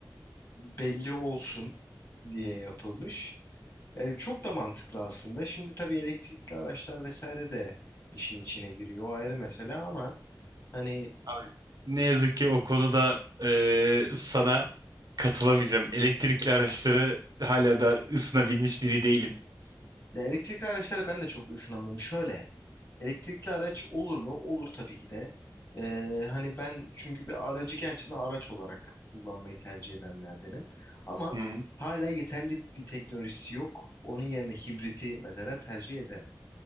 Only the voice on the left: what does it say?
belli olsun diye yapılmış. E, çok da mantıklı aslında. Şimdi tabii elektrikli araçlar vesaire de işin içine giriyor. O ayrı mesele ama Hani
ya elektrikli araçlara ben de çok ısınamadım. Şöyle elektrikli araç olur mu? Olur tabii ki de. Ee, hani ben çünkü bir aracı gerçekten araç olarak kullanmayı tercih edenlerdenim. Ama
hala yeterli bir teknolojisi yok. Onun yerine hibriti mesela tercih ederim.